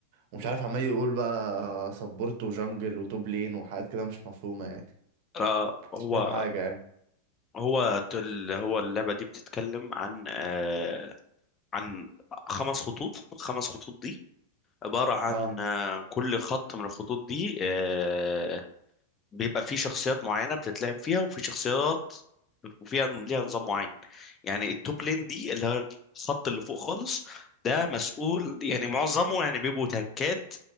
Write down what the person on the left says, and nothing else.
آه هو
هو تل هو اللعبة دي بتتكلم عن آه عن خمس خطوط الخمس خطوط دي عبارة عن
آه كل خط من الخطوط دي آه بيبقى فيه شخصيات معينة بتتلعب فيها وفي شخصيات وفيها ليها نظام معين يعني التوب لين دي اللي هو الخط اللي فوق خالص ده مسؤول يعني معظمه يعني بيبقوا تانكات